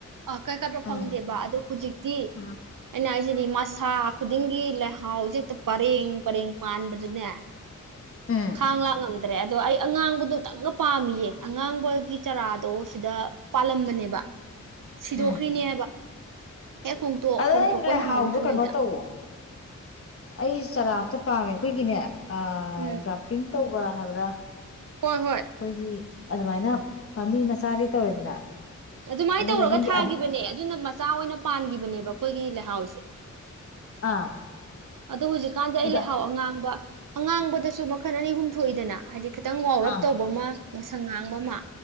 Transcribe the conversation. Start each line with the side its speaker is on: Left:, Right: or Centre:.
Right: ꯑ ꯀꯩ ꯀꯠꯄ
Left: ꯎꯝ
Right: ꯐꯪꯗꯦꯕ ꯑꯗ ꯍꯨꯖꯤꯛꯇꯤ
Left: ꯎꯝ
Right: ꯑꯩꯅ ꯍꯥꯏ ꯁꯤꯅꯤ ꯃꯁꯥ ꯈꯨꯗꯤꯡꯒꯤ ꯂꯩꯍꯥꯎꯁꯦ ꯍꯦꯛꯇ ꯄꯔꯦꯡ ꯄꯔꯦꯡ ꯄꯥꯟꯕꯗꯅꯦ
Left: ꯎꯝ
Right: ꯈꯥꯡ ꯂꯥꯛ ꯉꯝꯗ꯭ꯔꯦ ꯑꯗꯣ ꯑꯩ ꯑꯉꯥꯡꯕꯗꯣ ꯇꯪꯒ ꯄꯥꯝꯃꯤꯌꯦ ꯑꯉꯥꯡꯕꯒꯤ ꯆꯔꯥ ꯗꯣ ꯁꯤꯗ ꯄꯥꯜꯂꯝꯕꯅꯦ ꯕ ꯁꯤꯗꯣꯛꯈ꯭ꯔꯤꯅꯦ
Left: ꯎꯝ
Right: ꯍꯦꯛ ꯍꯣꯡꯇꯣꯛ
Left: ꯑꯗꯣ
Right: ꯍꯣꯡꯇꯣꯛꯄ
Left: ꯅꯪ ꯂꯩꯍꯥꯎꯗꯣ
Right: ꯅꯪꯍꯧꯗ꯭ꯔꯤꯉꯩꯗ
Left: ꯀꯩꯅꯣ ꯇꯧꯋꯣ ꯑꯩ ꯆꯔꯥ ꯑꯝꯇ ꯄꯥꯝꯃꯦ ꯑꯩꯈꯣꯏꯒꯤꯅꯦ ꯑ
Right: ꯎꯝ
Left: ꯒ꯭ꯔꯥꯐꯇꯤꯡ ꯇꯧꯕ ꯍꯥꯏꯕ꯭ꯔ
Right: ꯍꯣꯏ ꯍꯣꯏ
Left: ꯑꯩꯈꯣꯏꯒꯤ ꯑꯗꯨꯃꯥꯏꯅ ꯄꯥꯝꯕꯤ ꯃꯆꯥꯗꯩꯩ ꯇꯧꯔꯦꯗꯅ
Right: ꯑꯗꯨꯃꯥꯏꯅ
Left: ꯑꯗꯨꯒ
Right: ꯇꯧꯔꯒ
Left: ꯅꯪꯒꯤ
Right: ꯊꯥꯒꯤꯕꯅꯦ
Left: ꯑꯗꯤ
Right: ꯑꯗꯨꯅ ꯃꯆꯥ ꯑꯣꯏꯅ ꯄꯥꯟꯈꯤꯕꯅꯦꯕ ꯑꯩꯈꯣꯏꯒꯤ ꯂꯩꯍꯥꯎꯁꯦ
Left: ꯑꯥ
Right: ꯑꯗꯣ ꯍꯧꯖꯤꯛꯀꯥꯟꯁꯦ ꯑꯩ
Left: ꯑꯗ
Right: ꯂꯩꯍꯥꯎ ꯑꯉꯥꯡꯕ ꯑꯉꯥꯡꯕꯗꯁꯨ ꯃꯈ ꯃꯈꯜ ꯑꯅꯤ ꯑꯨꯝ ꯊꯣꯛꯏꯗꯅ ꯍꯥꯏꯗꯤ ꯈꯤꯇꯪ ꯉꯧꯔꯞ
Left: ꯑꯥ
Right: ꯇꯧꯕ ꯑꯃ ꯉꯁꯪ ꯉꯥꯡꯕ ꯑꯃ